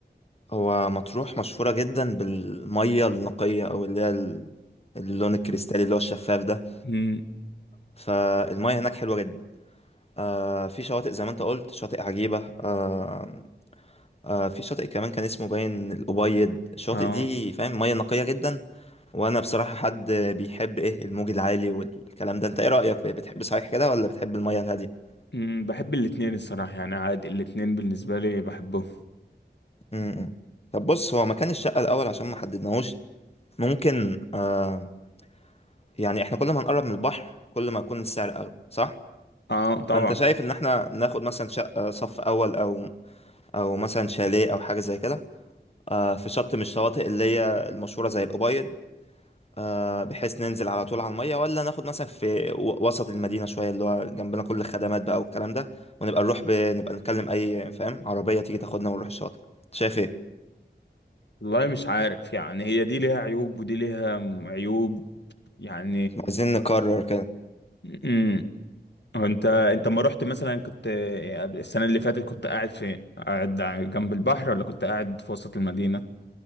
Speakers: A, on the left (about 35°); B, on the left (about 75°).
A: هو مطروح مشهورة جدا بالمية النقية أو اللي هي ال- اللون الكريستالي اللي هو الشفاف ده
B: امم
A: فالمية هناك حلوة جدا آه في شواطئ زي ما انت قلت شاطئ عجيبة آه آه في شاطئ كمان كان اسمه باين الأبيض الشواطئ
B: اه
A: دي فاهم مية نقية جدا وأنا بصراحة حد بيحب إيه الموج العالي والكلام ده أنت إيه رأيك بتحب صحيح كده ولا بتحب المية الهادية؟
B: امم بحب الاتنين الصراحة يعني عادي الاتنين بالنسبة لي بحبهم
A: م- م. طب بص هو مكان الشقة الأول عشان ما حددناهوش ممكن آه يعني احنا كل ما هنقرب من البحر كل ما يكون السعر اغلى صح
B: اه طبعا
A: فانت شايف ان احنا ناخد مثلا شقة آه، صف اول او او مثلا شاليه او حاجة زي كده آه، في شط من الشواطئ اللي هي المشهورة زي الأبيض آه، بحيث ننزل على طول على المية ولا ناخد مثلا في و- وسط المدينة شوية اللي هو جنبنا كل الخدمات بقى والكلام ده ونبقى نروح ب... نبقى نكلم أي فاهم عربية تيجي تاخدنا ونروح الشاطئ شايف ايه
B: والله مش عارف يعني هي دي ليها عيوب ودي ليها م- عيوب يعني
A: عايزين نقرر كده
B: امم هو انت انت ما رحت مثلا كنت قبل- السنة اللي فاتت كنت قاعد فين قاعد ع- جنب البحر ولا كنت قاعد في وسط المدينة